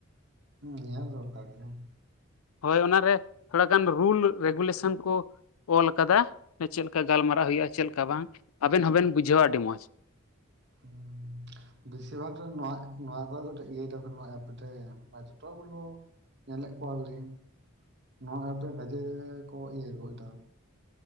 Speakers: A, on the right; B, on the left.
A: ᱦᱩᱸ ᱧᱮᱞ‌ ᱫᱚᱲᱠᱟᱨ ᱜᱮᱭᱟ᱾
B: ᱦᱚᱭ ᱚᱱᱟ ᱨᱮ ᱛᱷᱚᱲᱟ ᱜᱟᱱ ᱨᱩᱞ ᱨᱮᱜᱩᱞᱮᱥᱚᱱ ᱠᱚᱼᱼ ᱚᱞ ᱟᱠᱟᱫᱟ ᱪᱮᱫ ᱞᱮᱠᱟ ᱜᱟᱞᱢᱟᱨᱟᱜ ᱦᱩᱭᱩᱜ-ᱟ ᱪᱮᱫ ᱞᱮᱠᱟ ᱵᱟᱝ ᱟᱵᱮᱱ ᱦᱚᱸ ᱵᱮᱱ ᱵᱩᱡᱷᱟᱹᱣᱟ ᱟᱹᱰᱤ ᱢᱚᱡ᱾
A: ᱦᱩᱸᱻ᱾ ᱵᱮᱥᱤᱨ ᱵᱷᱟᱜ ᱨᱮ ᱱᱚᱣᱟ ᱱᱚᱣᱟ ᱫᱚ ᱢᱤᱫᱴᱮᱡ ᱤᱭᱟᱹ ᱫᱚ ᱠᱟᱱᱟ ᱱᱚᱣᱟ ᱮᱯ ‌ᱢᱤᱫᱴᱮᱡ ᱡᱚᱴᱟ ᱵᱚᱞᱚ ᱼᱼ ᱧᱮᱞᱮᱜ ᱠᱚᱣᱟ ᱞᱤᱧ ᱱᱚᱣᱟ ᱮᱯ ᱨᱮ ᱜᱟᱡᱮ ᱠᱚ ᱤᱭᱟᱹ ᱜᱚᱜ ᱫᱟ᱾